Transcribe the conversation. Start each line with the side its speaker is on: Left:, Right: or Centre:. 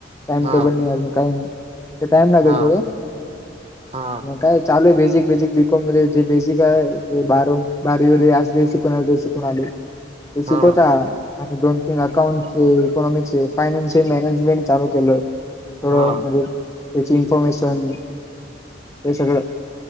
Left: टाइम
Right: हा
Left: टेबल नाही अजून काही नाही. ते टाइम लागल
Right: हा
Left: थोड,
Right: हा
Left: मग काय चालू आहे बेसिक बेसिक बी कॉम मध्ये जे बेसिक आहे ते बारव बारवी <unintelligible> शिकवनार बेसिक. <unintelligible> आले, ते शिकवता
Right: हा
Left: आणि दोन तीन अकाउंटचे इकॉनॉमिक्सचे फायनान्शियल मॅनेजमेंट चालू केलं थोडं
Right: हा
Left: म्हणजे त्याची इन्फॉर्मेशन हे सगळं